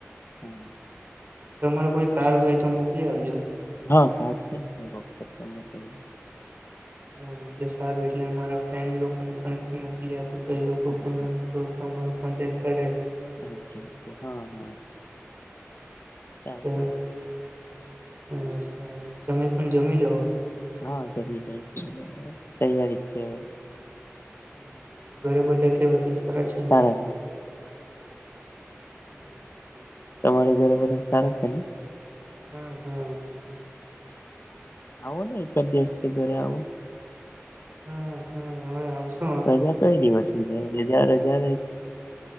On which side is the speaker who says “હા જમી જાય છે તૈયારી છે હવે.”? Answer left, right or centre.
Left